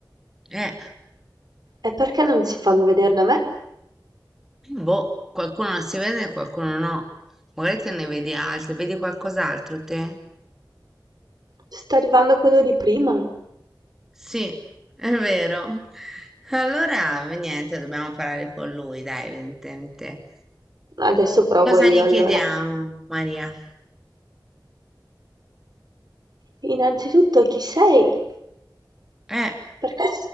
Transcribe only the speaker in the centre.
eh.
Boh, qualcuno non si vede e qualcuno no. Magari te ne vedi altri, vedi qualcos'altro te?
Sì, è vero. Allora, niente, dobbiamo parlare con lui, dai, evidentemente.
Cosa
gli
chiediamo, Maria?
Eh.